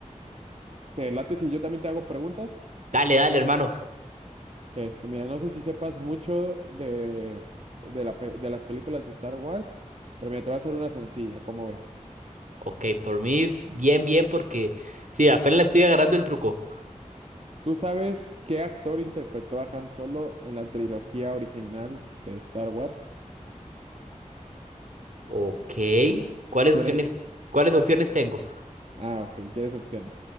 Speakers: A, on the right; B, on the right.
A: ¿te late si yo también te hago preguntas?
B: Dale, dale, hermano.
A: Este, mira, no sé si sepas mucho de, de la pe- de las películas de Star Wars, pero mira, te voy a hacer una sencilla, ¿cómo ves?
B: Ok, por mí, bien, bien, porque sí, apenas le estoy agarrando el truco.
A: ¿Tú sabes qué actor interpretó a Han Solo en la trilogía original de Star Wars?
B: Ok, ¿cuáles
A: ¿Quieres?
B: opciones, cuáles opciones tengo?
A: Ah, ok, ¿quieres opciones?